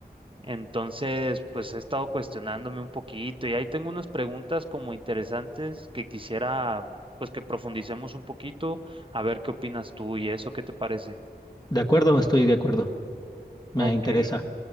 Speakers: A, on the right (about 30°); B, on the left (about 25°).
A: Entonces, pues he estado cuestionándome un poquito y ahí tengo unas preguntas como interesantes que quisiera pues que profundicemos un poquito, a ver qué opinas tú y eso, ¿qué te parece?
B: De acuerdo, estoy de acuerdo. Me
A: Ok,
B: interesa.